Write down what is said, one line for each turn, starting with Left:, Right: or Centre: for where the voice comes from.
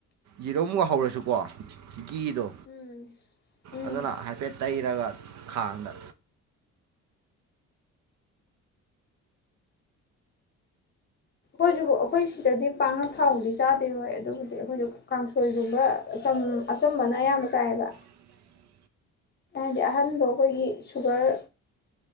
Right: ꯌꯦꯔꯧ ꯑꯃꯨꯛ ꯍꯧꯔꯁꯨꯀꯣꯘꯤꯗꯣ
Left: ꯎꯝ ꯎꯝ
Right: ꯑꯗꯨꯅ ꯍꯥꯏꯐꯦꯠ ꯇꯩꯔꯒ ꯈꯥꯡꯗ
Left: ꯑꯩꯈꯣꯏꯁꯨ ꯑꯩꯈꯣꯏ ꯁꯤꯗꯗꯤ ꯄꯥꯡꯉ ꯊꯥꯎꯗꯤ ꯆꯥꯗꯦ ꯍꯣꯏ ꯑꯗꯨꯕꯨꯗꯤ ꯑꯩꯈꯣꯏꯁꯨ ꯀꯥꯡꯁꯣꯏꯒꯨꯝꯕ ꯎꯝ ꯑꯆꯨꯝꯕꯅ ꯑꯌꯥꯝꯕ ꯀꯥꯏꯌꯦꯕ
Right: <unintelligible>
Left: ꯍꯥꯏꯗꯤ ꯑꯍꯟꯗꯣ ꯑꯩꯈꯣꯏꯒꯤ ꯁꯨꯒꯔ